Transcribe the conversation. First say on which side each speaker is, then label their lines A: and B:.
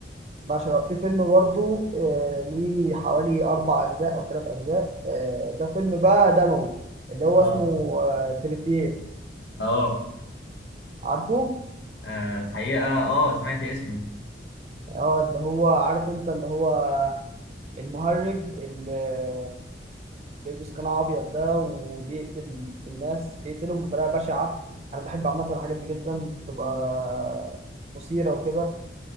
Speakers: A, on the right; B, on the left.
A: بعشق الرعب في فيلم برضو آه ليه حوالي اربع اجزاء او ثلاث اجزاء آه ده فيلم بقى دموي اللي هو
B: اه
A: اسمه آه تريفير
B: اه
A: عارفه
B: آه، الحقيقة اه سمعت اسمه
A: اه اللي هو عارف انت اللي هو المهرج اللي بيلبس قناع ابيض ده وبيقتل الناس بيقتلهم بطريقه بشعه انا بحب عامه الحاجات دي جدا بتبقى مثيره وكده